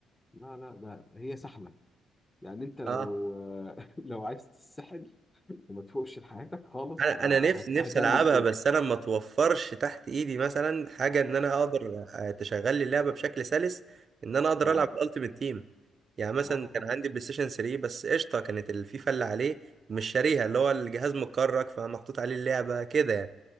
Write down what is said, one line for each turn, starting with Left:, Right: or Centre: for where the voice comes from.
Left: لا لا ده هي سحله يعني انت لو
Right: اه
Left: آه، <laughs> لو عايز تتسحل وما تفوقش لحياتك خالص
Right: انا
Left: آه،
Right: انا نفسي
Left: هت-
Right: نفسي
Left: هتعمل
Right: العبها
Left: كده
Right: بس انا ما توفرش تحت ايدي مثلا حاجه ان انا اقدر آه، تشغل لي اللعبه بشكل سلس ان انا اقدر
Left: اه
Right: العب الالتيميت تيم يعني مثلا
Left: لا لا
Right: كان
Left: لا
Right: عندي بلاي ستيشن 3 بس قشطه كانت الفيفا اللي عليه مش شاريها اللي هو الجهاز متكرك فمحطوط عليه اللعبه كده يعني